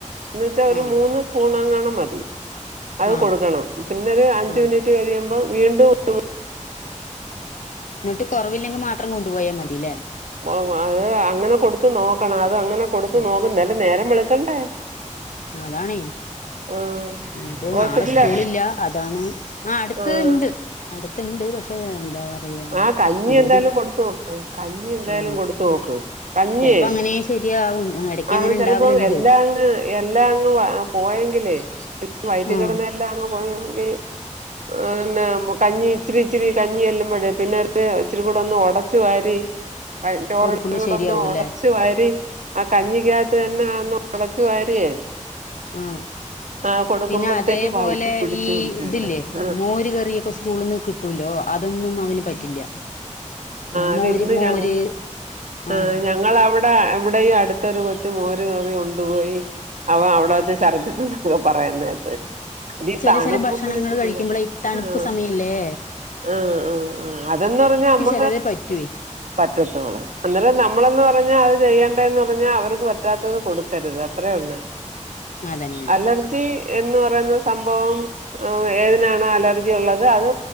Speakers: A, on the right (about 70°); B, on the left (about 80°).
A: എന്ന വെച്ചാ ഒരു
B: ആ
A: മൂന്ന് സ്പൂൺ അങ്ങണം മതി അത്
B: ആ
A: കൊടുക്കണം പിന്നെ ഒരു അഞ്ച
B: ആ
A: മിനിറ്റ് കഴിയമ്പം വീണ്ടും ഒരു
B: എന്നിട്ട് കുറവില്ലെങ്കിൽ മാത്രം കൊണ്ടു പോയാൽ മതില്ലേ
A: ഓ അത് അങ്ങനെ കൊടുത്ത നോക്കണ അത് അങ്ങനെ കൊടുത്ത
B: ഉം
A: നോക്കും അല നേരം വിളുക്കണ്ടേ
B: അതണേ
A: ആഹ്
B: ഇന്നയിപ്പോനാളെ
A: ഹോസ്പിറ്റല്
B: സ്കൂള ഇില്ല അതാണ് ആ അടുത്ത്
A: ആഹ്
B: ഇണ്ട് അടുത്തുണ്ട് പക്ഷെ എന്താ പറയാ
A: ആ കഞ്ഞി
B: ഇരുപത്
A: എന്തായാലും കൊടുത്തു നോക്ക് കഞ്ഞി എന്തായാലും
B: ആ
A: കൊടുത്തു നോക്ക് കഞ്ഞിയേ
B: ചിലപ്പോ അങ്ങനെ ശരിയാവും ഇടക്ക്
A: അത്
B: അങ്ങനെ
A: ചിലപ്പോ
B: ഉണ്ടാവലുണ്ട്
A: എല്ലാം എല്ലാം അങ്ങ് പോയെങ്കിലേ വൈറ്റിൽ
B: ആ
A: കിടന്ന് എല്ലാം അങ്ങ് പോയെങ്കിൽ ആന്ന കഞ്ഞി ഇച്ചിരി ഇച്ചിരി കഞ്ഞി ചെല്ലുമ്പഴ പിന്നെ ഇച്ചിരി കൂടെ ഒന്ന് ഉടച്ചു വാരി ചോറി
B: കൊടുക്കുമ്പോ
A: കൂടെ
B: ശരിയാവൂല്ലേ
A: ഒന്ന് ഉടച്ചു വരി ആ കഞ്ഞിക്ക തന്നെന്ന് ഒടച്ചു വാരിയേ
B: ആഹ്
A: ആ കൊടുക്കുമ്പോഴത്തേക്ക്
B: പിന്നെ അതേപോലെ
A: വയറ്റി പിടിച്ചു
B: ഈ
A: പിടിച്ചു
B: ഇതില്ലേ
A: വരും ആ
B: മോര് കറിയൊക്കെ സ്കൂളന്ന് കിട്ടൂലോ അതൊന്നും അവന് പറ്റില്ല ആ
A: അത്
B: മോര്
A: ഇന്ന്
B: മോര്
A: ഞങ്ങ ആ
B: ആഹ്
A: ഞങ്ങളവിടെ അവിടെ ഈ അടുത്തൊരു കൊച്ച മോര് കറി കൊണ്ടുപോയി അവ അവിടെ
B: ആ
A: വച്ച ശഛർദ്ദിച്ചക്കെ പറയുന്നായിട്ട് അത ഈ
B: ചെല
A: തണുപ്പും
B: ചെല ഭക്ഷണങ്ങൾ
A: പിടിച്ച
B: കഴിക്കുമ്പളെ
A: പിള്ളേർക്ക്
B: തണുപ്പ്
A: ആഹ്
B: സമയല്ലേ
A: ആഹ് ആഹ് ആഹ് അതെന്ന് പറഞ്ഞാ അമ്മ
B: ചിലതേ പറ്റൂവേ
A: പാട്ടത്തോൾ അന്നേരം നമ്മളന്ന് പറഞ്ഞാൽ അത് ചെയ്യേണ്ടേന്ന് പറഞ്ഞാൽ അവർക്ക് പറ്റാത്തത് കൊടുക്കരുത് അത്രയേ ഉള്ളു
B: അതന്നെ
A: അല്ല ജി എന്ന് പറയുന്ന സംഭവം ഏതിനാാണ് അലർജി ഉള്ളത് അത്